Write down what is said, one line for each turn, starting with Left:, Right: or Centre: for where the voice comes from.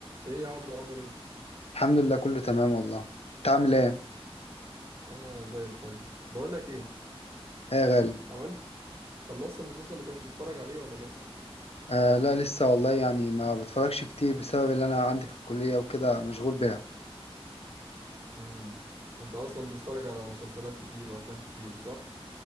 Right: ايه يا عبدو عامل ايه
Left: الحمد لله كله تمام والله انت عامل ايه
Right: انا زي الفل بقول لك ايه
Left: ايه يا غالي
Right: عملت خلصت المسلسل اللي كنت بتتفرج عليه ولا لسه
Left: آه لا لسه والله يعني ما بتفرجش كتير بسبب اللي انا عندي في الكلية وكده مشغول بيها
Right: امم انت اصلا بتتفرج على مسلسلات كتير وافلام كتير صح